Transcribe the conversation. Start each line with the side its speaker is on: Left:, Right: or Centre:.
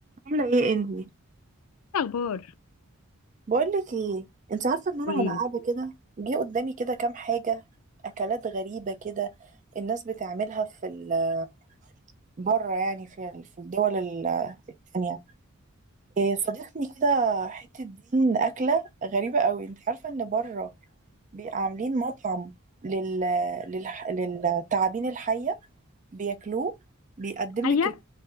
Right: عاملة ايه انتي؟
Left: اخبار
Right: بقولك ايه انت عارفه ان انا
Left: قوليلي
Right: وانا قاعده كده جه قدامي كده كام حاجه اكلات غريبه كده الناس بتعملها في ال- بره يعني في ال- في الدول ال- التانية إيه، صادفني كده حته دين اكله غريبه قوي انت عارفه ان بره بيبقى عاملين مطعم لل... لل... للتعابين الحيه بياكلوه بيقدم
Left: حية
Right: لك